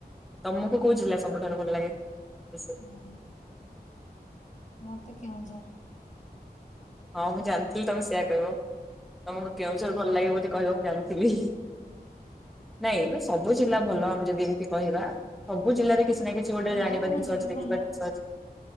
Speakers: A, in the centre; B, on the left.
A: ତମକୁ କଉ ଜିଲ୍ଲା ସବୁଠାରୁ ଭଲ ଲାଗେ ବେଶୀ?
B: ହୁଁ ମତେ କେଉଁଝର।
A: ହଁ ମୁଁ ଜାଣିଥିଲି ତମେ ସେୟା କହିବ ତମକୁ କେଉଁ ଭଲ ଲାଗେ ବୋଲି କହିବ ମୁଁ ଜାଣିଥିଲି। ନାଇଁ ଏ ସବୁ ଜିଲ୍ଲା ଭଲ ଆମେ ଯଦି ଏମିତି କହିବା ସବୁ ଜିଲ୍ଲାରେ କିଛି କିଛି ନା କିଛି ଗୋଟେ ଜାଣିବା
B: ମୟୂରଭଞ୍ଜ
A: ଜିନିଷ ଅଛି
B: ବି
A: ଦେଖିବା
B: ଭଲ।
A: ଜିନିଷ ଅଛି